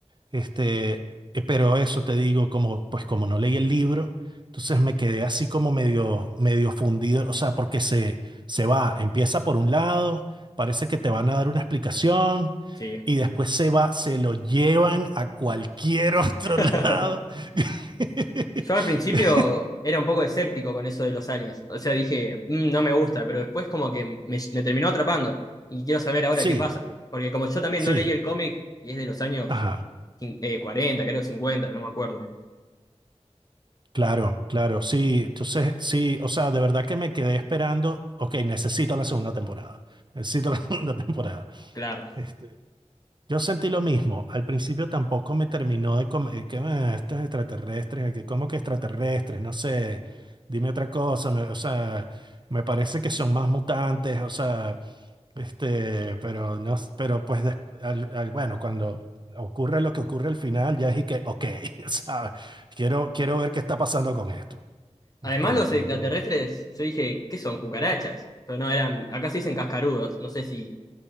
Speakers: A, on the right (about 40°); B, on the left (about 30°).
A: Este, eh, pero eso te digo, como, pues como no leí el libro, entonces me quedé así como medio, medio fundido. O sea, porque se, se va, empieza por un lado, parece que te van a dar una explicación.
B: Sí.
A: Y después se va, se lo llevan a cualquier otro
B: <laughs>
A: lado. <laughs>
B: Yo al principio era un poco escéptico con eso de los aliens. O sea, dije, "Mm, no me gusta, pero después como que me, me terminó atrapando. Y quiero saber ahora
A: Sí,
B: qué pasa. Porque como yo también
A: sí.
B: no leí el cómic, y es de los años
A: Ajá.
B: cin- eh, 40, creo cincuenta no me acuerdo. bien.
A: Claro, claro, sí, entonces sí, o sea, de verdad que me quedé esperando, ok, necesito la segunda temporada, necesito la <laughs> segunda temporada.
B: Claro.
A: Este, yo sentí lo mismo, al principio tampoco me terminó de, con- eh, que, ah, estos extraterrestres, que como que extraterrestres, no sé, dime otra cosa, me- o sea, me parece que son más mutantes, o sea, este, pero no, s- pero pues, des- al- al- bueno, cuando ocurre lo que ocurre al final, ya es y que, ok, <laughs> ¿sabes? Quiero, quiero ver qué está pasando con esto. Este,
B: Además
A: definitivamente.
B: los extraterrestres, yo dije, ¿qué son? Cucarachas. Pero no, eran, acá se dicen cascarudos, no sé si,